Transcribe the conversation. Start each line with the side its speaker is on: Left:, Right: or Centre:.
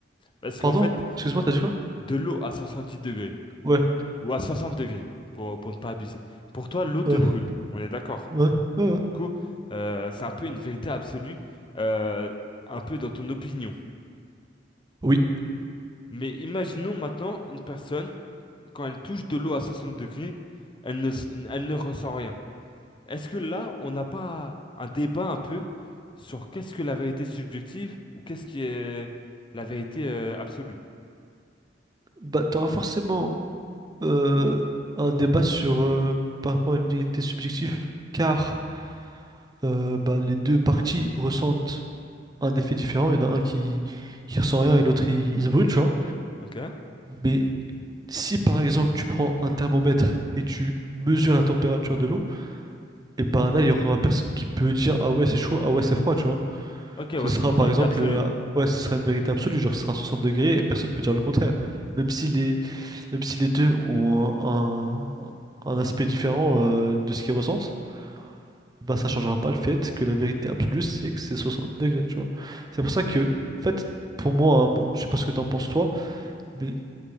Left: Parce
Right: Pardon?
Left: qu'en fait,
Right: Excuse-moi, t'as dit quoi?
Left: de l'eau à 70 degrés,
Right: Ouais.
Left: ou à 60 degrés, pour, pour ne pas abuser, pour toi, l'eau te
Right: Ouais.
Left: brûle, on est d'accord?
Right: Ouais. Ouais. ouais.
Left: Du coup, euh, c'est un peu une vérité absolue, euh, un peu dans ton opinion.
Right: Oui.
Left: Mais imaginons maintenant une personne, quand elle touche de l'eau à 60 degrés, elle ne, s- elle ne ressent rien. Est-ce que là, on n'a pas un débat un peu sur qu'est-ce que la vérité subjective ou qu'est-ce qui est la vérité euh, absolue?
Right: Bah t'auras forcément euh, un débat sur euh, par rapport à une vérité subjective, car euh, bah, les deux parties ressentent un effet différent. Il y en a un qui qui ressent rien et l'autre il, il se brûle, tu vois.
Left: Ok?
Right: Mais Si par exemple tu prends un thermomètre et tu mesures la température de l'eau, et ben là il y aura personne qui peut dire ah ouais c'est chaud, ah ouais c'est froid, tu vois.
Left: Ok, ouais,
Right: Ce sera
Left: c'est une
Right: par
Left: vérité
Right: exemple
Left: absolue.
Right: euh, ah ouais ce sera une vérité absolue, genre ce sera 60 degrés et personne peut dire le contraire. Même si les même si les deux ont un, un- un aspect différent euh, de ce qu'ils ressentent, bah ça changera pas le fait que la vérité absolue c'est que c'est 60 degrés, tu vois. C'est pour ça que en fait pour moi hein, bon je sais pas ce que t'en penses toi, mais